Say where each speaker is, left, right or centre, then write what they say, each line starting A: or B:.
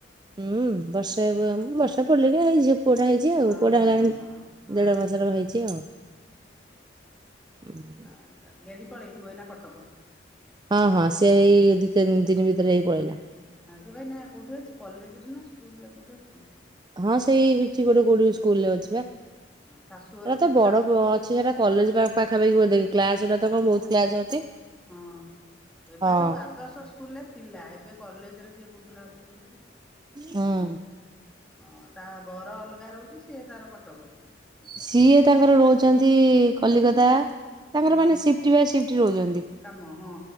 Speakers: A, on the right; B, in the centre.
A: ହୁଁ ବର୍ଷେ ବର୍ଷ ପଡ଼ିଲେ କି ହେଇ ଝିଅ ପୁଅଟା ହେଇଛି ଆଉ।
B: ହଁ
A: ପୁଅଟା
B: ହଁ
A: ହେଲାଣି
B: ହଁ ହଁ
A: ଦେଢ ମାସର ହେଇଛି ଆଉ। ହୁଁ।
B: ଆ ଗେଡ଼ି ପଳେଇଥିବ ଏଇନା କଟକ।
A: ହଁ ହଁ ସିଏ ଏଇ ଦି ତିନି ଦିନ ଭିତରେ ହେଇ ପଳେଇଲା।
B: ହଁ ସେ ବା ଏଇନା କୋଉଠି ଅଛି କଲେଜରେ ନା ସ୍କୁଲରେ କୋଉଠି ଅଛି?
A: ହଁ ସେଇ ହେଉଛି ଗୋଟେ କୋଉଠି ସ୍କୁଲ ରେ ଅଛି ବା। ସେଟା
B: ଶାଶୁଘରକୁ
A: ତ ବଡ
B: ଯାଉ
A: ଅଛି ସେରା କଲେଜ ପାଖାପାଖି ବୋଧେ? କ୍ଲାସ ଗୁଟା ତ କଣ ବହୁତ କ୍ଳାସ ଅଛି
B: ହଁ ଏବେ
A: ହଁ
B: ସବୁ ଆଦର୍ଶ ସ୍କୁଲରେ ଥିଲା ଏବେ କଲେଜରେ କିଏ କହୁଥିଲା ଅଛି। ସୋଉଟୁ
A: ହୁଁ।
B: ହଁ ତା ବର ଅଲଗା ରହୁଛି ସିଏ ତାର କଟକରେ
A: ସିଏ ତାଙ୍କର ରହୁଚନ୍ତି କଲିକତା ତାଙ୍କର
B: ହଁ
A: ମାନେ ସିଫ୍ଟ ବାଇ ସିଫ୍ଟ ରହୁଚନ୍ତି
B: କାମ ହଁ